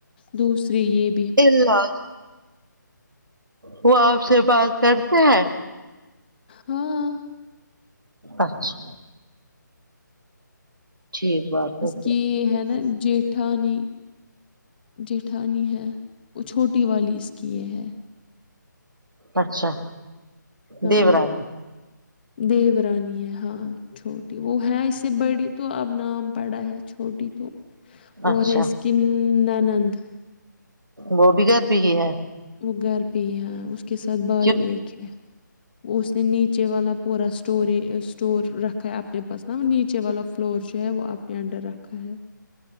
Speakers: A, on the left; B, on the right.
A: دوسری یے
B: الا وہ آپ سے بات کرتے ہیں
A: ہاں
B: اچھا ٹھیک بات
A: اس
B: ہے پھر
A: کی یے ہے نا جیٹ ٹھانی جٹھانی ہے وہ چھوٹی والی اس کی یے ہے
B: اچھا
A: ہاں
B: دیورانی
A: دیو رانی ہے ہاں چھوٹی وہ ہے اس سے بڑی تو اب نام پڑا ہے چھوٹی تو
B: اچھا
A: اور اس کی ننند
B: وہ بھی گھر پے ہی ہے
A: وہ گھر پے ہی ہے اس کے ساتھ بھائی
B: کیوں
A: ایک ہے وہ اس نے نیچے والا پورا اسٹور یے اسٹور رکھا ہے اپنے پاس نہ نیچے والا فلور جو ہے وہ اپنے انڈر رکھا ہے